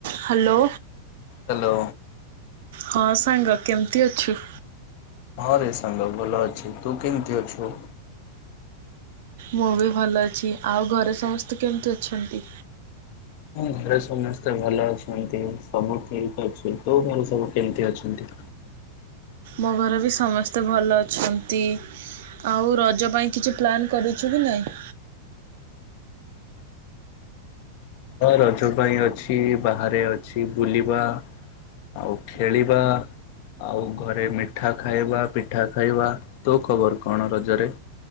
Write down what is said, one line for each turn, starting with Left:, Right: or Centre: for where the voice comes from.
Right: ହ୍ୟାଲୋ।
Left: ହ୍ୟାଲୋ
Right: ହଁ ସାଙ୍ଗ କେମିତି ଅଛୁ?
Left: ହଁ ରେ ସାଙ୍ଗ ଭଲ ଅଛି। ତୁ କେମିତି ଅଛୁ?
Right: ମୁଁ ବି ଭଲ ଅଛି। ଆଉ ଘରେ ସମସ୍ତେ କେମିତି ଅଛନ୍ତି?
Left: ହଁ ଘରେ ସମସ୍ତେ ଭଲ ଅଛନ୍ତି। ସବୁ ଠିକ ଅଛି। ତୋ ଘରେ ସବୁ କେମତି ଅଛନ୍ତି?
Right: ମୋ ଘରେ ବି ସମସ୍ତେ ଭଲ ଅଛନ୍ତି। ଆଉ ରଜ ପାଇଁ କିଛି ପ୍ଲାନ୍ କରିଛୁ କି ନାଇଁ?
Left: ହଁ ରଜ ପାଇଁ ଅଛି ବାହାରେ ଅଛି ବୁଲିବା ଆଉ ଖେଳିବା ଆଉ ଘରେ ମିଠା ଖାଇବା ପିଠା ଖାଇବା। ତୋ ଖବର କଣ ରଜରେ?